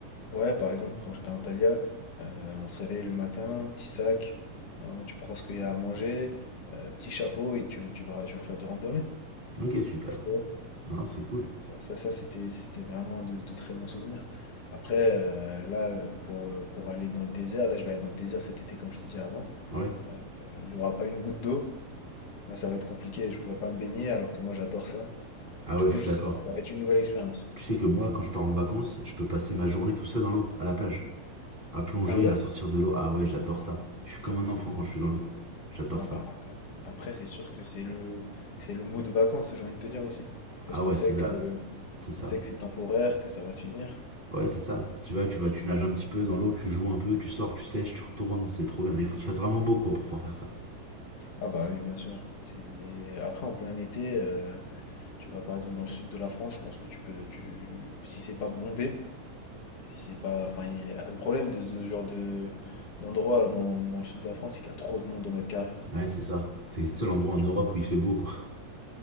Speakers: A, on the left; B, on the right.
A: ouais, par exemple, quand j'étais en Thalia, euh, on se réveille le matin, petit sac, euh, tu prends ce qu'il y a à manger, euh, petit chapeau et tu, tu vas, tu vas faire de randonnée.
B: Ok, super.
A: Ouais.
B: Non, c'est cool.
A: Ça, ça, ça, c'était, c'était vraiment de, de très bons souvenirs. Après, euh, là, euh, pour, euh, pour aller dans le désert, là, je vais aller dans le désert cet été, comme je t'ai dit avant.
B: Ouais.
A: Euh, Il n'y aura pas une goutte d'eau. Là, ça va être compliqué. Je pourrais pas me baigner alors que moi, j'adore ça.
B: Ah
A: Du
B: ouais,
A: coup,
B: je suis
A: je
B: d'accord.
A: sais pas. Ça va être une nouvelle expérience.
B: Tu sais que moi, quand je pars en vacances, je peux passer ma journée tout seul dans l'eau, à la plage. À plonger,
A: Ah ouais?
B: à sortir de l'eau. Ah ouais, j'adore ça. Je suis comme un enfant quand je suis dans l'eau. J'adore
A: Ah bah.
B: ça.
A: Après, c'est sûr que c'est le, c'est le mot de vacances, j'ai envie de te dire aussi. Parce
B: Ah
A: qu'on
B: ouais,
A: sait
B: c'est
A: que,
B: là, c'est ça.
A: on sait que c'est temporaire, que ça va se finir.
B: Ouais, c'est ça. Tu vas, tu vas, tu nages un petit peu dans l'eau, tu joues un peu, tu sors, tu sèches, tu retournes, c'est trop bien. Mais il faut qu'il fasse vraiment beau quoi pour pouvoir faire ça.
A: Ah bah oui, bien sûr. C'est... Après, en plein été, euh, tu vas par exemple dans le sud de la France, je pense que tu peux, tu... si c'est pas bombé, si c'est pas... Enfin, il y a- le problème de ce genre de... d'endroit dans, dans le sud de la France, c'est qu'il y a trop de monde au mètre carré.
B: Ouais, c'est ça. C'est le seul endroit en Europe
A: Profiter.
B: où il fait beau quoi.